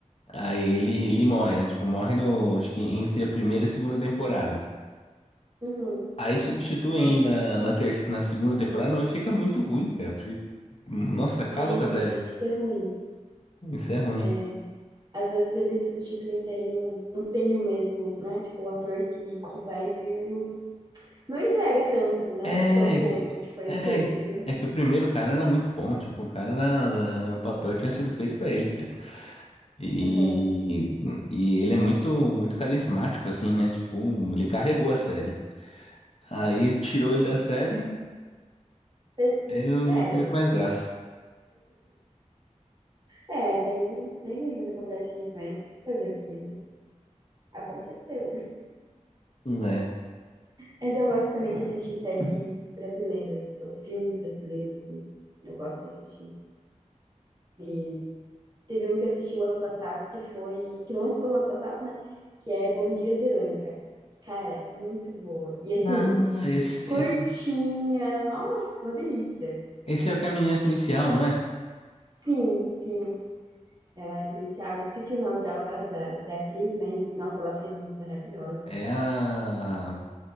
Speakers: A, on the left (about 55°); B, on the right (about 35°).
A: Aí ele, ele morre, né? Tipo, morre no, acho que entre a primeira e a segunda temporada.
B: Uhum.
A: Aí substituem
B: Nossa.
A: ele na, na, ter, na segunda temporada, mas fica muito ruim, cara. Porque, nossa, acaba
B: Ah,
A: com a série.
B: isso é ruim.
A: Isso é ruim.
B: É. Às vezes eles substituindo aí não, não tem o mesmo, né? Tipo, o ator que, que vai vir não, não entrega tanto, né?
A: É
B: Quanto o
A: que,
B: outro que foi
A: é,
B: escolhido.
A: é que o primeiro cara era muito bom. Tipo, o cara era, o papel tinha sido feito pra ele, cara. E,
B: <laughs> Aham.
A: e ele é muito, muito carismático, assim, né? Tipo, ele carregou a série. Aí tirou
B: Sim.
A: ele da série,
B: Eh, eh,
A: ele não,
B: Já
A: não
B: era,
A: teve
B: né?
A: mais graça.
B: É, bem, bem ruim quando acontece isso, mas fazer o quê, né? Aconteceu.
A: É.
B: Mas eu gosto também de assistir séries brasileiras, ou filmes brasileiros, assim. Eu gosto de assistir. E teve um que eu assisti o ano passado, que foi, que lançou o ano passado, né? Que é Bom Dia, Verônica. Cara, muito boa. E assim,
A: Ah, não, esse,
B: curtinha,
A: esse,
B: nossa, uma delícia.
A: esse é o que a menina é policial, não é?
B: Sim, sim. Ela é policial, eu esqueci o nome dela agora, da, da atriz, mas, nossa, ela foi maravilhosa.
A: É a.